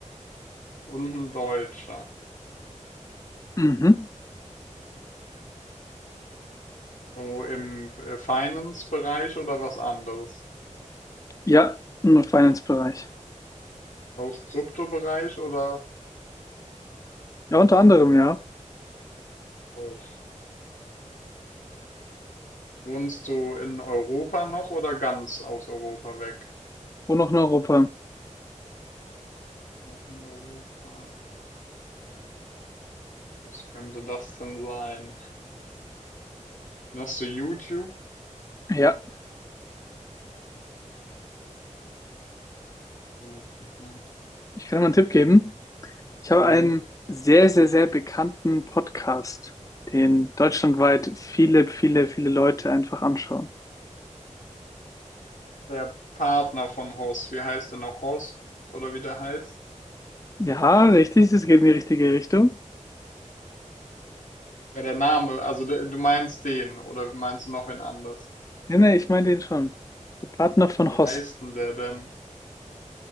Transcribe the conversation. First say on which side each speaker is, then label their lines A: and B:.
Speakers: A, on the left (about 80°); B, on the left (about 25°).
A: Und ein Deutscher.
B: Mhm.
A: So im äh, Finance-Bereich oder was anderes?
B: Ja, im Finance-Bereich.
A: Auch Kryptobereich oder
B: Ja, unter anderem, ja.
A: auch? Wohnst du in Europa noch oder ganz aus Europa weg?
B: Wo noch in Europa?
A: Noch in Europa. Was könnte das denn sein? Hast du YouTube?
B: Ja,
A: Mhm.
B: ich kann dir mal einen Tipp geben. Ich habe
A: Mhm.
B: einen sehr, sehr, sehr bekannten Podcast, den deutschlandweit viele, viele, viele Leute einfach anschauen.
A: Der Partner von Horst, wie heißt der noch? Horst? Oder wie der heißt?
B: Ja, richtig, das geht in die richtige Richtung.
A: Ja, der Name, also der, du meinst den, oder meinst du noch wen anders?
B: Nee, nee, ich meine den schon. Der Partner von
A: Wie heißt
B: Hoss.
A: denn der denn?